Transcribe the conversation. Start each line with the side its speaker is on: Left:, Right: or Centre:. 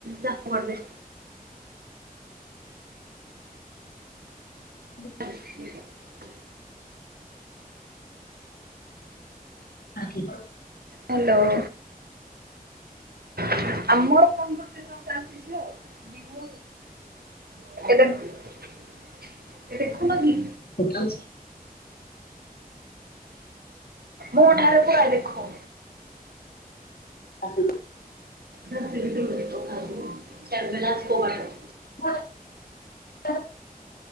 Right: ଜାକରି।
Left: <inaudible>
Right: <unintelligible>
Left: ବାକି।
Right: ହ୍ୟାଲୋ। ଆମର କନଭରସେସନ ଚାଲିଛି ଝିଅ <unintelligible> ଏଟା କ ଏ ଦେଖୁନ କି?
Left: ବେକାର
Right: ମୋଁ ଠାରେ ପୂରା ଦେଖ।
Left: <unintelligible>
Right: <unintelligible> ସର୍ବେଲାଜ <unintelligible>
Left: <unintelligible>